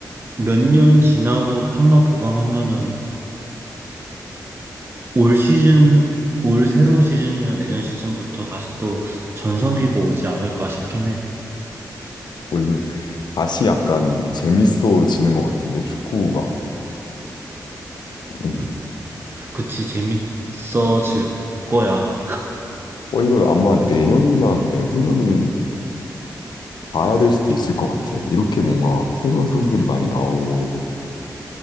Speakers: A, on the right; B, on the left.
A: 몇 년 지나고 좀만 보강하면은 올 시즌, 올 새로운 시즌이나 내년 시즌부터 다시 또 전성기가 오지 않을까 싶긴 해.
B: 어 이거 다시 약간 재밌어지는 것 같은데 축구가 음.
A: 그, 그치, 재밌어질 거야.
B: 어 이거 아마 내년이나 내후년에는 봐야 될 수도 있을 것 같아 이렇게 뭔가 새로운 선수들이 많이 나오고